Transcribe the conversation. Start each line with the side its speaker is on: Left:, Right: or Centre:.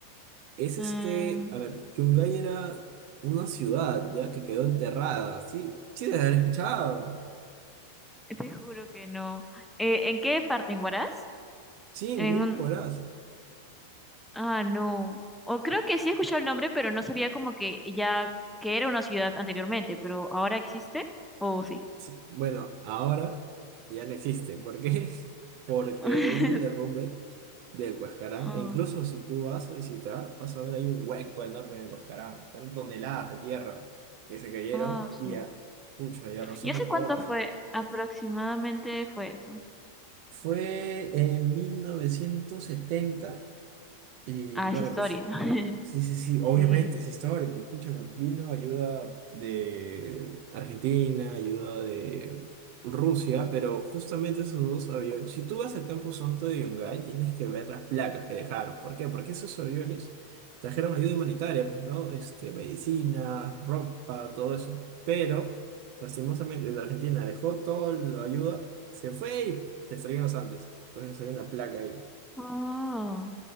Right: Es
Centre: Mm.
Right: este, a ver, Yungay era una ciudad, ¿ya? Que quedó enterrada, sí, sí, debes haber escuchado.
Centre: Te juro que no. Eh, ¿en qué parte? ¿En Huaraz?
Right: Sí,
Centre: En
Right: mismo
Centre: un...
Right: verás.
Centre: Ah, no. O creo que sí he escuchado el nombre, pero no sabía como que ya que era una ciudad anteriormente, pero ahora existe o sí.
Right: Sí, bueno, ahora ya no existe. ¿Por qué? <laughs> Porque
Centre: <laughs>
Right: hubo un derrumbe del Huascarán.
Centre: Ah,
Right: E incluso si tú vas a visitar, vas a ver ahí un hueco enorme en el Huascarán. Fueron toneladas de tierra que se cayeron
Centre: ah, su-
Right: y, a- pucha, y arrasó
Centre: Yo
Right: con
Centre: sé
Right: toda
Centre: cuánto
Right: la
Centre: fue,
Right: ciudad.
Centre: aproximadamente fue eso.
Right: Fue en 1970 y
Centre: Ah,
Right: bueno,
Centre: es historia.
Right: pues
Centre: <laughs>
Right: Sí, sí, sí, obviamente
Centre: Sí.
Right: es histórico. Escúchame, vino ayuda de Argentina, ayuda de Rusia, pero justamente esos dos aviones, si tú vas al Campo Santo de Yungay, tienes que ver las placas que dejaron. ¿Por qué? Porque esos aviones trajeron ayuda humanitaria, pues, ¿no? Este, medicina, ropa, todo eso. Pero, lastimosamente, el de Argentina dejó toda la ayuda, se fue y se estrelló en los Andes. Entonces hay una placa ahí.
Centre: Ah,